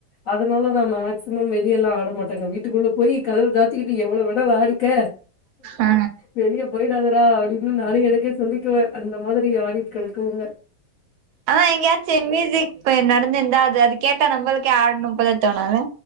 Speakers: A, on the left (about 60°); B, on the right (about 85°).
A: அதனால நா மேக்சிமம் வெளியலா ஆட மாட்டேங்க வீட்டுக்குள்ள போய் கதவு சாத்திக்கிட்டு எவ்வளவு வேணால ஆடிக்க
B: ஆ
A: வெளிய போய் <unintelligible> அப்டின் நானும் எனக்கே சொல்லிக்குவேன் அந்த மாதிரி ஆடிட் கெடக்குங்க
B: ஆன் எங்கயாச்சு மியூசிக் நடந்துருந்தா அது அது கேட்டா நம்மளுக்கே ஆடணும் போல தோணுல